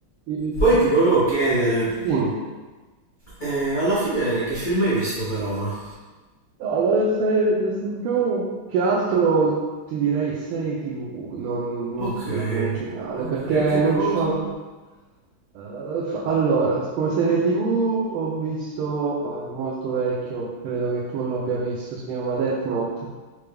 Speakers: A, on the right; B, on the left.
A: Uccidi.
B: Poi ti volevo chiedere,
A: Dimmi.
B: eh, alla fine che film hai visto per ora?
A: No, allora, se, se più che altro ti direi serie TV, non, non
B: Ok,
A: film in generale,
B: ok,
A: perché
B: che
A: non
B: cosa?
A: c'ho... Eh, fa- allora, come serie TV ho visto, ma è molto vecchio, credo che tu l'abbia visto, si chiama Death Note.